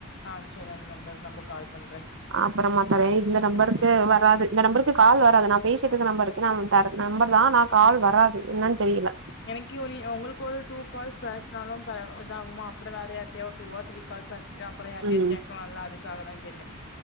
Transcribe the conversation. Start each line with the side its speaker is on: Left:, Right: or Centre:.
Left: ஆ சரி அந்த நம்பருக்கு நம்ம கால் பண்றே
Right: அப்புறமா தரேன் இந்த நம்பருக்கு
Left: ம்
Right: வா வராது இந்த நம்பருக்கு கால் வர அது நான் பேசிட்டு இருந்த நம்பருக்கு நா வந் தரேன் நம்பருதா ஆனா கால் வராது என்னன்னு தெரியல
Left: எனக்கி ஒரி உங்களுக்கு ஒரு டூ கால்ஸ் பர்சனாலும் ப இதாகுமா அப்புறம் வேற யாவ டூவா த்ரீ கால் பர் ட்டு அப்புறோ யாரிட்டயும்
Right: ம்
Left: கேட்கலாம்ல்ல அதுக்காகாதா கேட்டேன்